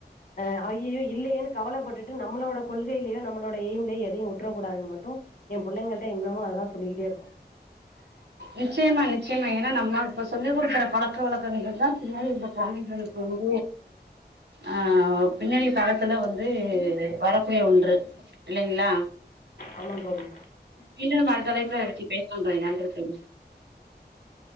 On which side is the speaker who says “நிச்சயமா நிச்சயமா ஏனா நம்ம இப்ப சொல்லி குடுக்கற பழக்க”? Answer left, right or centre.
Right